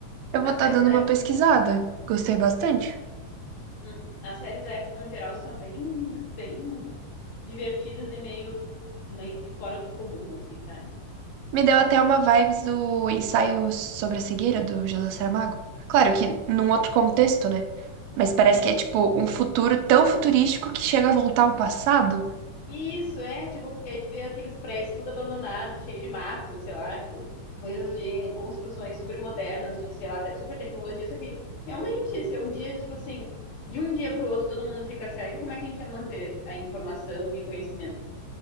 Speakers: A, on the right; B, on the left.
A: Eu
B: As
A: vou estar
B: séries
A: dando
B: da
A: uma
B: Apple,
A: pesquisada. Gostei bastante.
B: hum, as séries da Apple no geral são bem, bem divertidas e meio, meio que fora do comum, assim, sabe?
A: Me deu até uma vibes do ensaio sobre a cegueira do José Saramago. Claro que num outro contexto, né? Mas parece
B: Sim,
A: que é tipo
B: sim.
A: um futuro tão futurístico que chega a voltar ao passado.
B: Isso, é, tipo, porque aí tu vê aqueles prédios tudo abandonado, cheio de mato, sei lá, tipo, coisas de construções super modernas, de, sei lá, te- super tecnologia, isso aqui realmente, se é um dia, tipo assim, de um dia pro outro todo mundo fica cego, como é que a gente vai manter a informação e conhecimento?